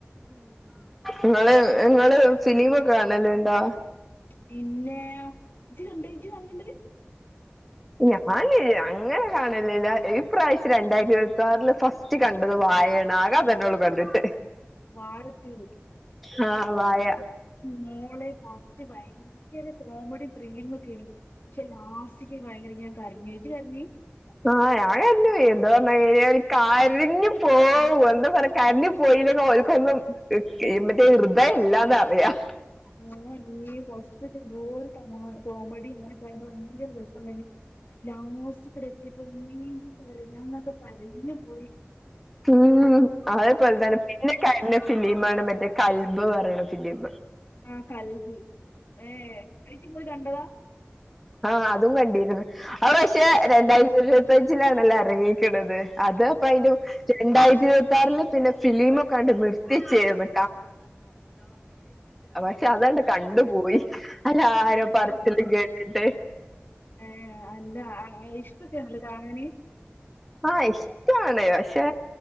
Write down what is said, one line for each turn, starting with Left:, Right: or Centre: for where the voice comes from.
Centre: ഇങ്ങള് ഇങ്ങള് ഫിലിം ഒക്കെ കാണലുണ്ടോ.
Left: പിന്നെ ഇജ്ജ് കണ്ട് ഇജ്ജ് കാണലിണ്ട്
Centre: ഞാന് അങ്ങനെ കാണലില്ല, ഈ പ്രാവശ്യം രണ്ടായിരത്തി ഇരുപത്താറില് ഫസ്റ്റ് കണ്ടത് വാഴയാണ്, ആകെ അതന്നൊള്ളൂ കണ്ടിട്ട്.
Left: വാഴ ടു
Centre: ആ വായ
Left: മോളെ ഫസ്റ്റ് ഭയങ്കര കോമഡി ത്രില്ലിങ് ഒക്കെ ആണ്, പക്ഷെ ലാസ്റ്റിക്ക് ഭയങ്കര ഞാൻ കരഞ്ഞു ഇജ്ജ് കരഞ്ഞി
Centre: ആ ഞാൻ കരഞ്ഞുപോയി, എന്താ പറഞ്ഞു കഴിഞ്ഞാ കരഞ്ഞു പോവും എന്താ പറ കരഞ്ഞ് പോയില്ലെങ്ങി ഓര്ക്കൊന്നും മറ്റേ ഹൃദയ ഇല്ലാന്ന് അറിയാം
Left: ഞാനീ ഫസ്റ്റ് ഒക്കെ എന്തോ ഒരു കോമഡി ഇതൊക്കയായിട്ട് ഭയങ്കര രസൊണ്ടയിന്. ലാസ്റ്റ് ച്ച് വരെ എത്തിയപ്പൊ നീണ്ട് കരഞ്ഞങ്ങക്ക് കരഞ്ഞു പോയി
Centre: ഉം അതെപോലെതന്നെ. പിന്നെ കരഞ്ഞു. ഫിലിം ആണ് മറ്റേ കൽബ് പറയണ ഫിലിം
Left: ആഹ കൽബ് ഏ അതി <unintelligible> കണ്ടതാ
Centre: ആഹ അതും കണ്ടി ഇനറ് അവ പക്ഷെ
Left: ഏ
Centre: രണ്ടായിരത്തിരുപത് ഫ്രിഡ്ജിലാണല്ല എറങ്ങിക്കണത് അത് പൈന്റു രണ്ടായിരത്തി ഇരുപത്താറില് പിന്നെ ഫിലിമൊക്കെ കണ്ട്ക്കണ് നിർത്തിച്ചേരുന്നു <unintelligible> പക്ഷെ അതാണ്ട് കണ്ടുപോയി അല്ലാരും
Left: അത്
Centre: പറച്ചിലും
Left: ശരി
Centre: കേട്ടിട്ട്
Left: ഏ അല്ല ആഹ് ഇഷ്ടക്കാണല്ലേ കാണാനി
Centre: ആഹ ഇഷ്ടാണ് പക്ഷെ